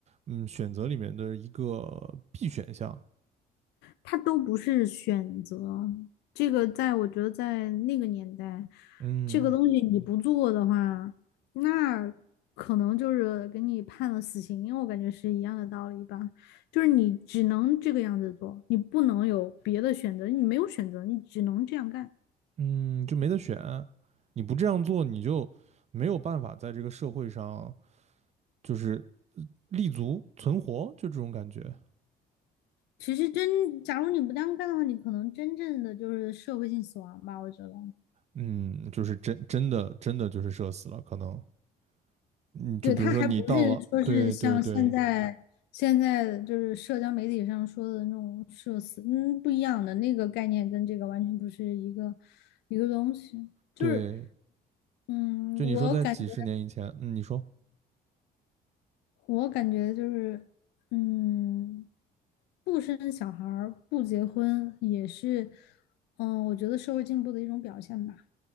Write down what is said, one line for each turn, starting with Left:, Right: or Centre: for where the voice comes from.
Right: 嗯，选择里面的一个必选项，
Left: 它都不是选择。这个在我觉得在那个年代，
Right: 嗯
Left: 这个东西你不做的话，那可能就是给你判了死刑，因为我感觉是一样的道理吧。就是你只能这个样子做，你不能有别的选择，你没有选择，你只能这样干。
Right: 嗯，就没得选，你不这样做，你就没有办法在这个社会上就是立足存活，就这种感觉，
Left: 其实真，假如你不这样干的话，你可能真正的就是社会性死亡吧，我觉得。
Right: 嗯，就是真真的真的就是社死了，可能，嗯，就比如说你到了，
Left: 对，他还不是说是像现在现在就是社交媒体上说的那种社死，
Right: 对对对
Left: 嗯，不一样的那个概念跟这个完全不是一个一个东西。就是，
Right: 对，
Left: 嗯，
Right: 就你说在几十年以前，
Left: 我感觉
Right: 嗯，你说。
Left: 我感觉就是，嗯，不生小孩儿不结婚也是，嗯，我觉得社会进步的一种表现吧。